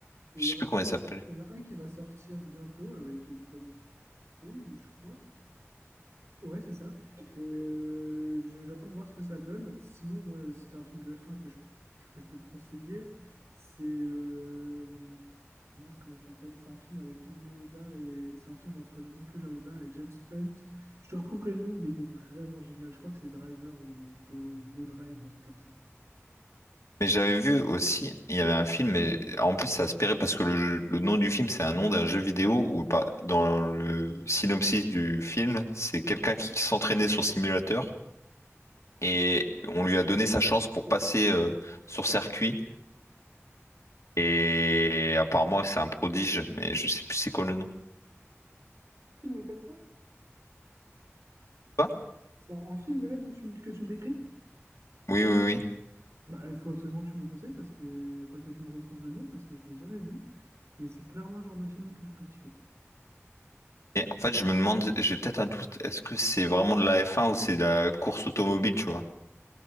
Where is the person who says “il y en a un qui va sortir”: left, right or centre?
Right